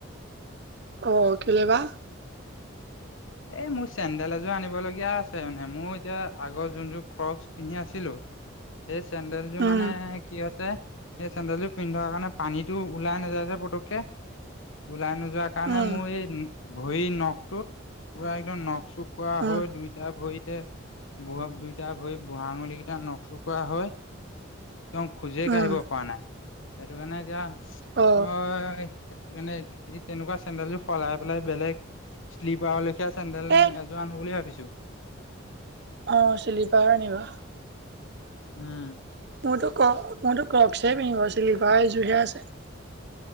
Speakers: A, on the right (about 55°); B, on the left (about 75°).
A: অঁ, কেলেবা?
B: এই মোৰ চেন্দেল এযোৰ আনিব লগীয়া আছে মানে। মোৰ এতিয়া আগৰ যোনযোৰ ক্ৰকচ পিন্ধি আছিলো? সেই চেন্দেলযোৰ
A: উম
B: মানে কি হৈছে? সেই চেন্দেলযো পিন্ধাৰ কাৰণে পানীটো ওলাই নাযায়যে পটকে। ওলাই নোযোৱা কাৰণে
A: উম
B: মোৰ এই ভৰি নখটোত পুৰা একদম নখ চুখ কৰা হয়,
A: উম
B: দুই দুটা ভৰিতে বুঢ়া দুইটা ভৰিত বুঢ়া আঙুলি কেইটা নখচকোৱা হৈ, একদম খোজেই কাঢ়িব
A: উম
B: পৰা নাই। সেইটো কাৰণে এতিয়া
A: অ
B: <unintelligible> সেই কাণে এই তেনেকুৱা চেন্দেলযো সলাই পেলাই বেলেগ শ্লিপাৰ লেখা চেন্দেল
A: সেই
B: এ যো আনো বুলিয়ে ভাবিছো।
A: অ, চিলিপাৰ নিবা।
B: উম।
A: মোৰতো ক মইতো ক্ৰকসহে পিন্ধিব শ্লিপাৰ এযোৰ হে আছে।